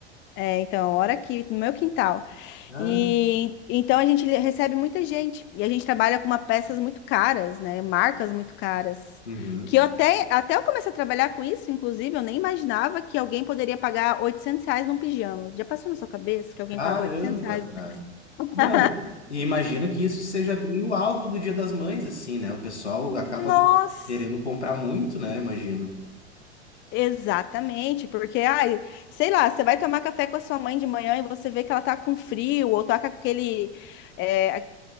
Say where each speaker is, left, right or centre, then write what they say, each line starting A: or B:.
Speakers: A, on the left (about 35°); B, on the left (about 75°).
A: É, então, ora aqui no meu quintal.
B: Ah,
A: E então a gente recebe muita gente e a gente trabalha com uma peças muito caras, né? Marcas muito caras.
B: uhum.
A: Que eu até, até eu comecei a trabalhar com isso, inclusive, eu nem imaginava que alguém poderia pagar 800 reais num pijama. Já passou na sua cabeça que alguém
B: Caramba,
A: paga 800 reais?
B: cara.
A: <laughs>
B: Não, e imagino que isso seja bem o alvo do Dia das Mães, assim, né? O pessoal acaba
A: Nossa!
B: querendo comprar muito, né? Imagino.
A: Exatamente, porque, ai, sei lá, você vai tomar café com a sua mãe de manhã e você vê que ela tá com frio ou tá com aquele, é,